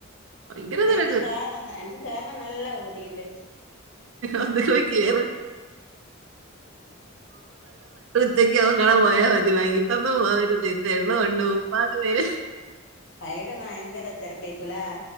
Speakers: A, on the right (about 65°); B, on the left (about 60°).
A: ഭയങ്കര തിരക്ക്
B: എനിക്ക് കേറാ എനിക്ക് കേറണന്ന് നല്ല പുതിണ്ട്.
A: ഒന്ന് പോയി കേറ്. ഉച്ചക്ക് എങ്ങാനും പോയാ മതി. വൈകിട്ട് ഒന്നും പോകരുത്. തെള്ള് കൊണ്ട് ഉപ്പാട് വെരും.
B: വയ്കിട്ടൊക്കെ ഭയങ്കര തെരക്കൈകുംലെ.